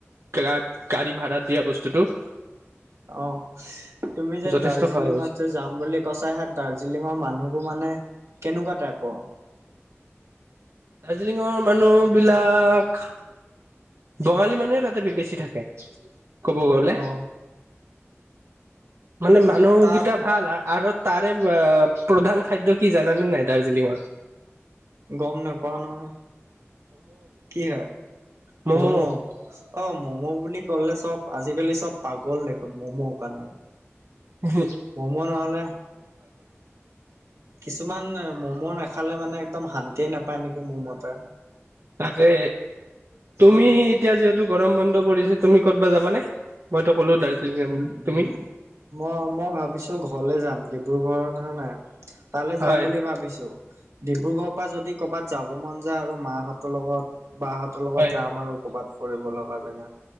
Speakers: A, on the right; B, on the right.
A: গা গাড়ী ভাড়া দিয়া বস্তুটো
B: অ তুমি যে
A: যথেষ্ট
B: দাৰ্জিলিঙত
A: সহায় হৈছে
B: যে যাম বুলি কৈছা সেয়াত দাৰ্জিলিঙৰ মানুহবোৰ মানে কেনেকোৱা টাইপৰ
A: দাৰ্জিলিঙৰ মানুহ বিলাক বঙালী মানুহে তাতে বেছি থাকে কব গলে
B: অ
A: মানে মানুহকেইটা
B: তাত
A: ভাল আৰু তাৰে প্ৰধান খাদ্য কি জানানে নাই দাৰ্জিলিঙৰ
B: গম নেপাও নহয় কি হয়
A: মমো
B: মম' অ ম'ম' বুলি ক'লে চব আজিকালি চব পাগল দেখোন ম'ম' কাৰণে
A: হুম
B: মমো নহ'লে কিছুমান মমো নাখালে মানে একদম শান্তিয়ে নোপায় নেকি মোৰ মতে
A: তাকে তুমি এতিয়া যিহেতু গৰম বন্ধ পৰিছে তুমি ক'তবা যাব নে মইতো কলো দাৰ্জিলিং যাম বুলি
B: উ
A: তুমি
B: উ মই মই ভাবিছো ঘৰলে যাম ডিব্ৰুগড়ত হে নাই তালে
A: হয়
B: যাম বুলি ভাবিছো ডিব্ৰুগড়ৰ পৰা যদি কৰ'বাত যাব মন যায় আৰু মাহঁতৰ লগত বাহত লগত
A: হয়
B: যাম আৰু কবাত ফুৰিব লগা জগা